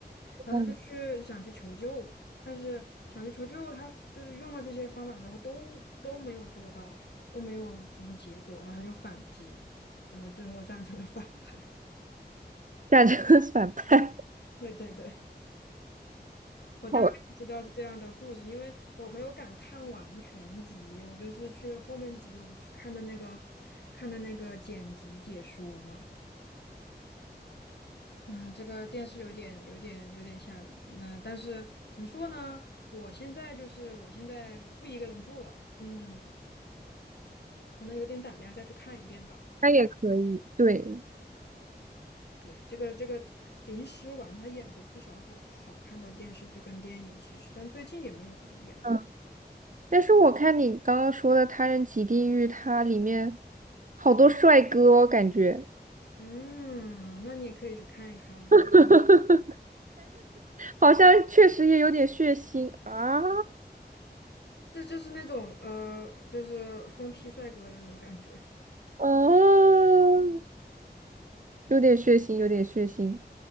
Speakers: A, on the left; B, on the right.
A: 然后他就去想去求救，
B: 嗯
A: 但是想去求救，他就是用了这些方法之后都都没有做到，都没有什么结果，然后他就反击，然后最后战成了反派。<laughs>
B: 感觉很反派。
A: 对对对。我大概知道是这样的故事，
B: 好，
A: 因为我没有敢看完全集，我就是去后面几集我就去看的那个，看的那个剪辑解说嘛。啊，这个电视有点、有点、有点吓人。那、但是怎么说呢？我现在就是我现在不一个人住了，嗯，可能有点胆量再去看一遍吧。
B: 那也可以。对，
A: 对，这个这个林诗婉她演过不少好好看的电视剧跟电影，其实，但最近也没有怎么演。
B: 嗯，但是我看你刚刚说的《他人即地狱》，它里面好多帅哥哦感觉
A: 嗯，那你也可以去看一看啊。
B: <laughs> 好像确实也有点血腥啊，
A: 这就是那种呃，就是疯批帅哥的那种感觉，
B: 哦，有点血腥，有点血腥，